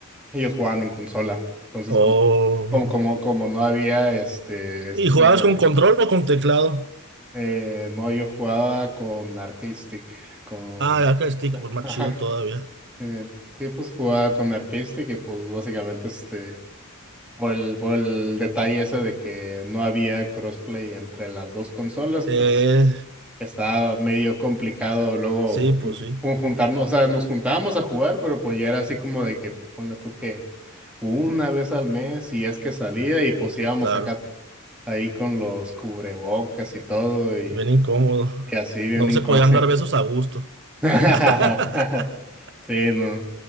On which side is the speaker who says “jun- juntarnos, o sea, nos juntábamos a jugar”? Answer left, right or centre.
Centre